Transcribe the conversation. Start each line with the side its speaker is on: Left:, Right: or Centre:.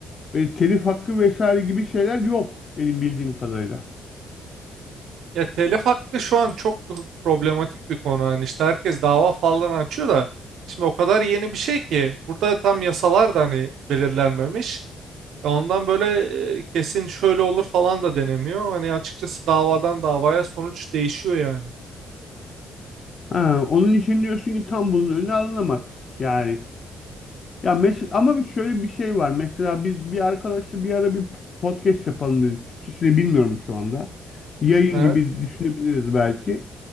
Left: böyle telif hakkı vesaire gibi şeyler yok benim bildiğim kadarıyla.
Right: Ya telif hakkı şu an çok problematik bir konu. Yani işte herkes dava falan açıyor da şimdi o kadar yeni bir şey ki burada tam yasalar da hani belirlenmemiş. E Ondan böyle e, kesin şöyle olur falan da denemiyor. Hani açıkçası davadan davaya sonuç değişiyor yani.
Left: Ha, onun için diyorsun ki tam bunun önü alınamaz. Yani ya mes ama bir- şöyle bir şey var. Mesela biz bir arkadaşla bir ara bir podcast yapalım dedik. Türkçesini bilmiyorum şu anda. Yayın
Right: Evet.
Left: gibi düşünebiliriz belki.